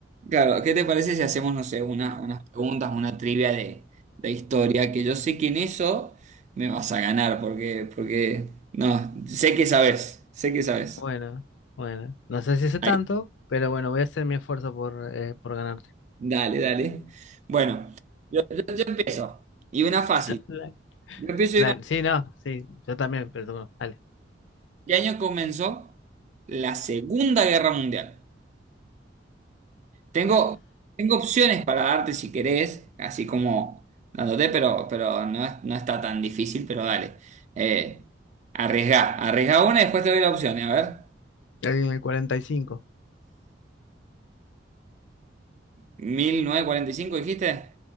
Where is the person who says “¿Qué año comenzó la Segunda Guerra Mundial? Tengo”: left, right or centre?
Right